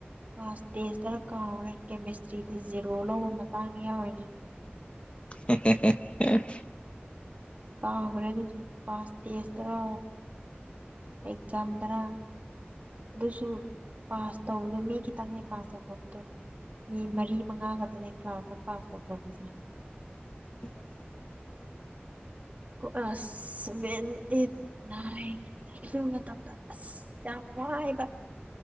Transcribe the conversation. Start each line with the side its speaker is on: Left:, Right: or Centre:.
Right: ꯀ꯭ꯂꯥꯁ ꯇꯦꯁꯇꯔ ꯀꯥꯎꯈꯔꯦ ꯀꯦꯃꯤꯁꯇ꯭ꯔꯤꯗ ꯖꯦꯔꯣ ꯂꯧꯕ ꯃꯇꯥꯡ ꯌꯥꯎꯔꯤꯅꯦ
Left: <unintelligible> ꯑꯦ
Right: ꯀꯥꯎꯒꯔꯦ ꯑꯗꯨꯗꯣ ꯀ꯭ꯂꯥꯁ ꯇꯦꯁꯇꯔꯥ ꯑꯦꯛꯖꯥꯝꯗꯔꯥ ꯑꯗꯨꯁꯨ ꯄꯥꯁ ꯇꯧꯕꯗꯣ ꯃꯤ ꯈꯤꯇꯪꯅꯦ ꯄꯥꯁ ꯇꯧꯊꯣꯛꯄꯗꯣ ꯃꯤ ꯃꯔꯤ ꯃꯉꯥ ꯈꯛꯇꯅꯦ ꯀ꯭ꯂꯥꯁꯇ ꯄꯥꯁ ꯇꯧꯊꯣꯛꯄꯁꯦ
Left: <inaudible>
Right: <unintelligible> ꯁꯚꯦꯟ ꯑꯩꯠ ꯅꯥꯏꯟ ꯑꯗꯨ ꯃꯇꯝꯗ ꯑꯁ ꯌꯥꯝ ꯋꯥꯏꯕ